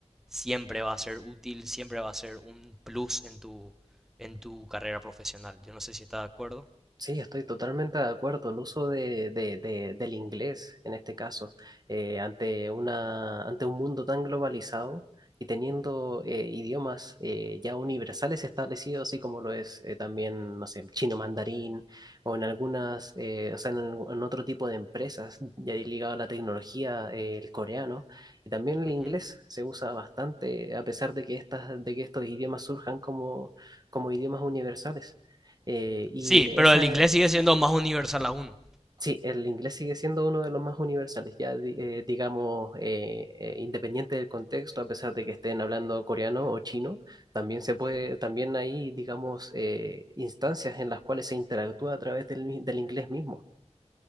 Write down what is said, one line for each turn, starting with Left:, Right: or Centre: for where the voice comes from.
Centre: siempre va a ser útil, siempre va a ser un plus en tu, en tu carrera profesional. Yo no sé si estás de acuerdo.
Right: Sí, estoy totalmente de acuerdo. El uso de, de- de- del inglés, en este caso, eh, ante una, ante un mundo tan globalizado y teniendo eh, idiomas eh, ya universales establecidos, así como lo es eh, también, no sé, chino mandarín o en algunas, eh, o sea, en, algu- en otro tipo de empresas ya ligado a la tecnología, eh, el coreano y también el
Centre: Ujú.
Right: inglés se usa bastante, a pesar de que estas, de que estos idiomas surjan como, como idiomas universales. Eh, y
Centre: Sí, pero
Right: esa,
Centre: el inglés sigue siendo más universal aún.
Right: Sí, el inglés sigue siendo uno de los más universales, ya di- eh, digamos, eh, eh, independiente del contexto, a pesar de que estén hablando coreano o chino, también se puede,
Centre: Ujú.
Right: también hay, digamos, eh, instancias en las cuales se interactúa a través del, mi- del inglés mismo.